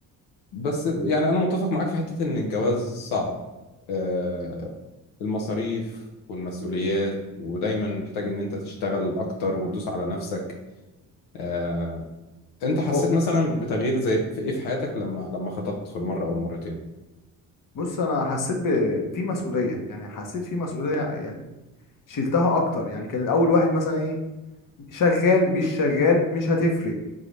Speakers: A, on the left; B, on the left.
A: بس يعني أنا متفق معاك في حتة إن الجواز صعب آه، المصاريف والمسؤوليات ودايما محتاج إن أنت تشتغل أكتر وتدوس على نفسك آه، أنت حسيت
B: هو
A: مثلا بتغيير زي في إيه في حياتك لما لما خطبت في المرة أو المرتين؟
B: بص انا حسيت ب... في مسؤوليه يعني حسيت في مسؤوليه يعني شلتها اكتر يعني كان الاول واحد مثلا ايه شغال مش شغال مش هتفرق